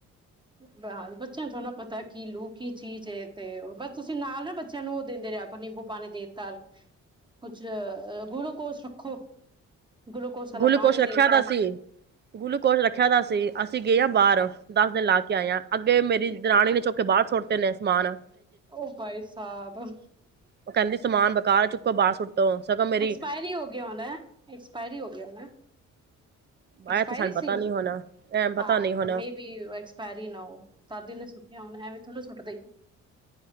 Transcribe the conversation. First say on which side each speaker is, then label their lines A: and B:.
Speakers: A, on the right (about 15°); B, on the right (about 35°).
A: ਬਸ ਬੱਚਿਆਂ ਨੂੰ ਥੋੜ੍ਹਾ ਪਤਾ ਕੀ ਲੂ ਕੀ ਚੀਜ਼ ਏ ਤੇ ਉਹ ਬਸ ਤੁਸੀਂ ਨਾਲ ਨਾ ਬਚ ਚ ਨੂੰ ਉਹ ਦਿੰਦੇ ਰਹਾ ਕੋ ਨਿੰਬੂ ਪਾਣੀ ਦੇ ਘਰ ਕੁਝ ਗੁਲੂਕੋਸ ਰੱਖੋ। ਗਲੂਕੋਸ ਵਾਲਾ
B: ਗੁਲੂਕੋਸ਼
A: ਪਾਣੀ
B: ਰੱਖਿਆ
A: ਦੇਤਾ
B: ਦਾ ਸੀ, ਗੁਲੂਕੋਸ਼ ਰੱਖਿਆ ਦਾ ਸੀ ਅਸੀਂ ਗਏ ਹਾਂ ਬਾਹਰ ਦਸ ਦਿਨ ਲਾ ਕੇ ਆਇਆ, ਅੱਗੇ ਮੇਰੀ ਦਰਾਣੀ ਨੇ ਚੁੱਕ ਕੇ ਬਾਹਰ ਸੁੱਟ ਤੇ ਨੇ ਮਨ
A: ਉਹ ਭਾਈ ਸਾਹਿਬ।
B: ਉਹ ਕਹਿੰਦੀ ਸਮਾਨ <unintelligible> ਮੇਰੀ
A: ਐਕਸਪਾਇਰੀ ਹੀ ਹੋ ਗਿਆ ਹੋਣਾ ਐਕਸਪਾਇਰੀ ਹੋ ਗਿਆ ਹੋਣਾ। ਐਕਸਪਾਇਰੀ
B: ਆਇਆ ਤੇ ਸਾਨੂੰ ਪਤਾ
A: ਸੀ।
B: ਨੀ ਹੋਣਾ ਐ ਪਤਾ
A: ਹਾਂ
B: ਨੀ ਹੋਣਾ
A: ਮੈਂ ਬੀ ਐਕਸਪਾਇਰੀ ਨਾ ਹੋ ਤਦ ਹੀ ਓਹਨੇ ਸੁਟਿਆ ਹੋਣਾ। ਉਹ ਅਵਏ ਥੋੜੇ ਨਾ ਸੁੱਟ ਦੇ ਗੀ।